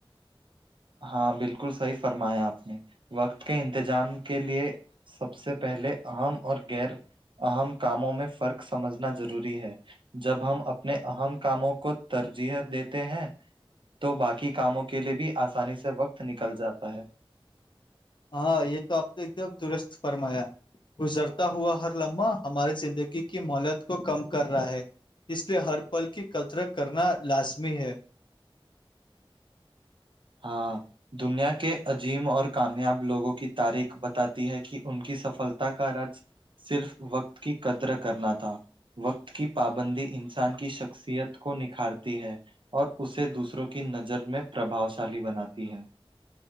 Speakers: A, on the right; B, on the left.
A: ہاں بالکل صحیح فرمایا آپ نے وقت کے انتظام کے لیے سب سے پہلے اہم اور غیر اہم کاموں میں فرق سمجھنا ضروری ہے جب ہم اپنے اہم کاموں کو ترجیح دیتے ہیں تو باقی کاموں کے لے بھی آسانی سے وقت نکل جاتا ہے
B: ہاں یہ تو آپ نے ایک دم درست فرمایا گزرتا ہوا ہر لمحہ ہماری زندگی کی مہولت کو کم کر رہا ہے اس لیے ہر پل کی قطرت کرنا لازمی ہے
A: ہاں دنیا کے عجیم اور کامیاب لوگوں کی تاریخ بتاتی ہے کہ ان کی سفلتا کا راج صرف وقت کی قدر کرنا تھا وقت کی پابندی انسان کی شخصیت کو نکھارتی ہے اور اسے دوسروں کی نظر میں پربا شالی بناتی ہے